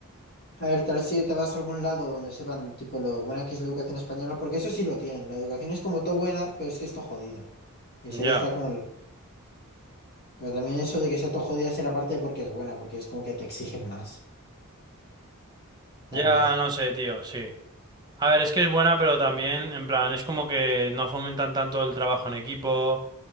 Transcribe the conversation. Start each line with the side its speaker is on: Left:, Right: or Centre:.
Left: A ver, tal vez si te vas a algún lado donde sepan tipo lo buena que es la educación española, porque eso sí lo tienen. La educación es como todo buena, pero es que esto jodida. Entonces
Right: Ya,
Left: ahí está como el... Pero también eso de que sea todo jodida será parte porque es buena, porque es como que te exigen más, tal
Right: ya
Left: vez.
Right: no sé, tío, sí. A ver, es que es buena, pero también, en plan, es como que no fomentan tanto el trabajo en equipo.